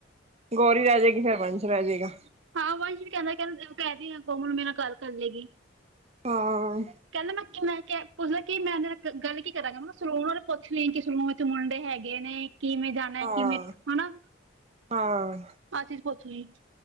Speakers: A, on the right; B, on the right.
A: ਗੋਰੀ ਰਹਿ ਜਾਏਗੀ, ਫਿਰ ਵੰਸ਼ ਰਹਿ ਜੇਗਾ।
B: ਹਾਂ ਵੰਸ਼ ਵੀ ਕਹਿੰਦਾ ਕਹਿੰਦੇ ਕਹਿ ਦੀ ਕੋਮਲ ਨੂੰ ਮੇਰੇ ਨਾਲ ਗੱਲ ਕਰ ਲਏਗੀ।
A: ਹਾਂ।
B: ਕਹਿਿੰਦਾ ਮੈਂ ਮੈਂ ਕਿਹਾ ਪੁੱਛ ਲ ਕਿ ਮੈਂ ਕਹਿੰਦਾ ਮੈਂ ਮੈਂ ਕਿਆ ਪੁੱਛਦਾ ਕਿ ਮੈਂ ਇਹਨਾ ਗੱਲ ਕੀ ਕਰਾਂਗਾ, ਮੈਂ ਕਿਆ ਸਲੂਨ ਬਾਰੇ ਪੁੱਛ ਲਈ ਕਿ ਸਲੂਨ ਵਿੱਚ ਮੁੰਡੇ ਹੈਗੇ ਨੇ। ਕਿਵੇਂ ਜਾਣਾ,
A: ਹਾਂ।
B: ਕਿਵੇਂ ਹਨਾ,
A: ਹਾਂ
B: ਅਆ ਚੀਜ਼ ਪੁੱਛ ਲਈ।